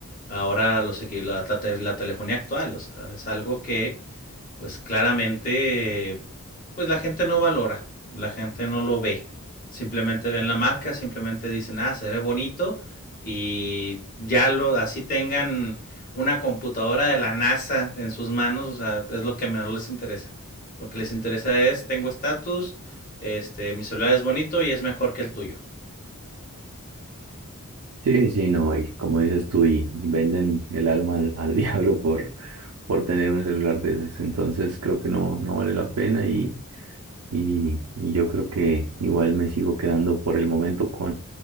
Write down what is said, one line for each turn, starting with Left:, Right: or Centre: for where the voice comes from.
Left: ahora los equi- la, la, te- la telefonía actual. O sea, es algo que pues claramente, pues la gente no valora, la gente no lo ve. Simplemente ven la marca, simplemente dicen, ah, se ve bonito y ya lo, así tengan una computadora de la NASA en sus manos, o sea, es lo que menos les interesa. Lo que les interesa es, tengo estatus, este, mi celular es bonito y es mejor que el tuyo.
Right: Sí, sí, no, y como dices tú, y y venden el alma al, al <laughs> diablo por, por tener un celular de esos. Entonces creo que no, no vale la pena y, y, y yo creo que igual me sigo quedando por el momento